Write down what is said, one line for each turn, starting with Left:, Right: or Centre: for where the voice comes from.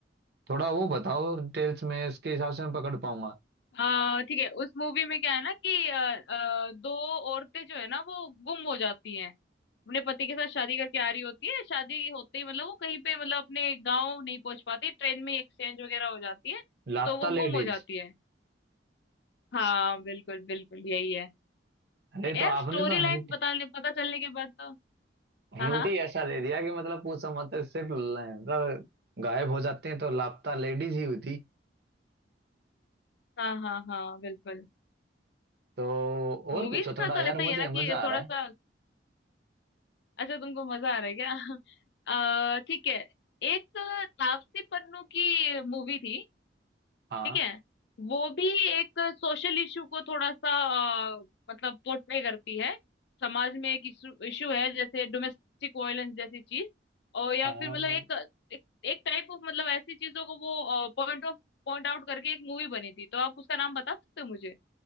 Right: थोड़ा वो बताओ डिटेल्स में इसके हिसाब से मैं पकड़ पाऊंगा
Left: अ, ठीक है उस मूवी में क्या है ना कि अ, अ, दो औरतें जो है ना वो गुम हो जाती हैं अपने पति के साथ शादी करके आ रही होती है शादी होते ही मतलब वो कहीं पे मतलब अपने गांव नहीं पहुंच पाती ट्रेन में एक्सचेंज वगैरह हो जाती है
Right: लापता
Left: तो वो
Right: लेडीज
Left: गुम हो जाती है हाँ बिल्कुल बिल्कुल यही है
Right: अरे तो
Left: यार
Right: आपने
Left: स्टोरी
Right: तो
Left: लाइन
Right: हिंट
Left: बताने पता चलने के बाद तो
Right: हिंट
Left: हाँ हाँ
Right: ही ऐसा दे दिया कि मतलब पूछ समझ तो सिर्फ ल- मतलब गायब हो जाते हैं तो लापता लेडीज ही हुई थी
Left: हाँ हाँ हाँ बिल्कुल
Right: तो और
Left: मूवीज
Right: पूछो थोड़ा
Left: का तो
Right: यार
Left: ऐसा
Right: मुझे
Left: ही है ना
Right: मजा
Left: कि
Right: आ
Left: थोड़ा
Right: रहा है
Left: सा अच्छा तुमको मजा आ रहा है क्या <laughs> अ, ठीक है एक तापसी पन्नू की मूवी थी
Right: हाँ
Left: ठीक है वो भी एक सोशल इशू को थोड़ा सा अ, मतलब पोर्ट्रे करती है समाज में एक इशू इशू है जैसे डोमेस्टिक वायलेंस जैसी चीज और या
Right: हाँ
Left: फिर मतलब एक एक, एक टाइप ऑफ मतलब ऐसी चीजों को वो पॉइंट ऑफ पॉइंट आउट करके एक मूवी बनी थी तो आप उसका नाम बता सकते हो मुझे